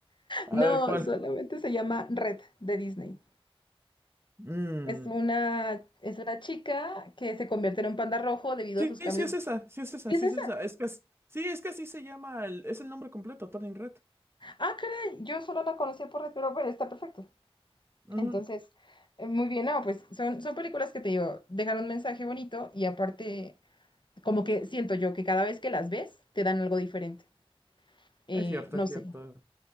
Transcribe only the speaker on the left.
No,
solamente se llama Red de Disney.
Es una, es una chica que se convierte en un panda rojo debido
a sus cambios.
¿Sí
es esa?
Ah, caray, yo solo la conocía por Red, pero bueno, está perfecto.
Entonces, eh, muy bien, no, pues son, son películas que te digo, dejan un mensaje bonito y aparte, como que siento yo que cada vez que las ves, te dan algo diferente. Eh,
no
sé,